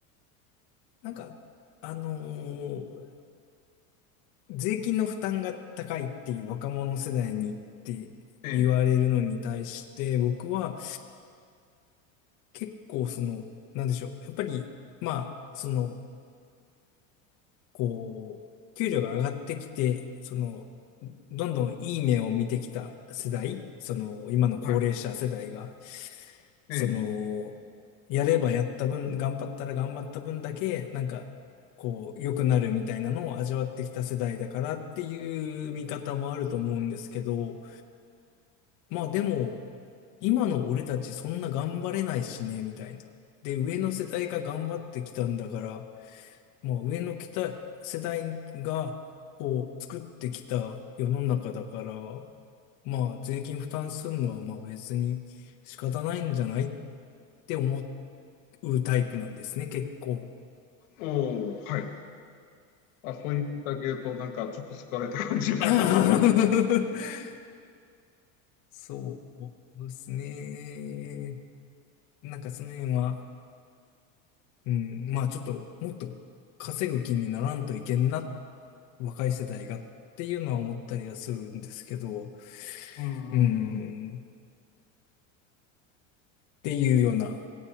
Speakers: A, on the left (about 50°); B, on the left (about 80°).
A: なんか、あのー税金の負担が高いっていう若者世代にって言われるのに対して、
B: ね、
A: 僕は結構その、なんでしょう。やっぱり、まあ、その、こう、給料が上がってきて、その、どんどんいい目を見てきた世代、その、今の高齢者世代が、
B: はい、ええ。
A: その、やればやった分、頑張ったら頑張った分だけ、なんか、こう、良くなるみたいなのを味わってきた世代だからっていう見方もあると思うんですけど、まあでも、今の俺たちそんな頑張れないしね、みたいな。で、上の世代が頑張ってきたんだから、もう上の来た世代が、こう、作ってきた世の中だから、まあ、税金負担するのは、まあ別に仕方ないんじゃないって思うタイプなんですね、結構。
B: おお、はい。あ、そう言っていただけると、なんかちょっと救われた感じは。
A: <laughs>
B: <laughs>
A: そうですね。なんかその辺は、うん、まあちょっと、もっと稼ぐ気にならんといけんな、若い世代がっていうのは思ったりはするんですけど、
B: うんうんうん。
A: うん、っていうような。